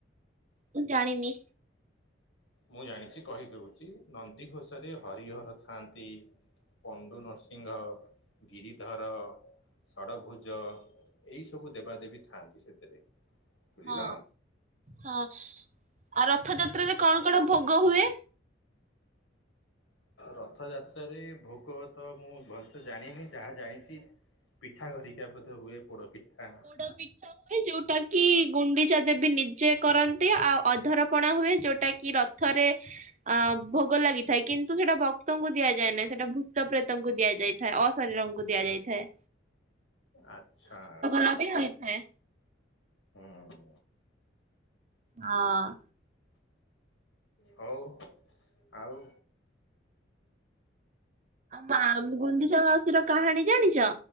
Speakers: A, on the right (about 40°); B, on the left (about 90°).
A: ମୁଁ ଜାଣିିନି।
B: ମୁଁ ଜାଣିଛି କହିଦେଉଛି। ନନ୍ଦୀଘୋଷରେ ହରିହର ଥାଆନ୍ତି। ପଣ୍ଡୁ ନରସିଂହ, ଗିରିଧର। ଷଡ଼ଭୁଜ ଏଇ ସବୁ ଦେବାଦେବୀ ଥାଆନ୍ତି ସେଥିରେ। ବୁଝିଲ
A: ହଁ ହଁ, ଆଉ ରଥଯାତ୍ରାରେ କଣ କଣ ଭୋଗ ହୁଏ?
B: ରଥଯାତ୍ରାରେ ଭୋଗ ତ ମୁଁ ଭଲସେ ଜାଣିନି ଯାହା ଜାଣିଛି। ପିଠା ଘରିକି ମଧ୍ୟ ହୁଏ ପୋଡ଼ ପିଠା।
A: ତ ପିଠା। ହୁଏ ଯୋଉଟା କି ଗୁଣ୍ଡିଚା ଦେବୀ ନିଜେ କରନ୍ତି। ଆଉ ଅଧରପଣା ହୁଏ ଯୋଉଟା କି ର ଥରେ ଅ ଭୋଗ ଲାଗିଥାଏ କିନ୍ତୁ ସେଟା ଭକ୍ତଙ୍କୁ ଦିଆଯାଏ ନାହିଁ। ସେଟା ଭୂତ ପ୍ରେତଙ୍କୁ ଦିଆଯାଏ। ଥାଏ ଅ ଶରୀରଙ୍କୁ ଦିଆଯାଇଥାଏ।
B: ଆଚ୍ଛା।
A: ତବି ହୋଇଇଥାଏ।
B: ହୁଁ।
A: ଅଁ।
B: ହଉ ଆଉ।
A: ପା ଗୁଣ୍ଡିଚା ମାଉସ ର କାହାଣୀ ଜାଣିଛ?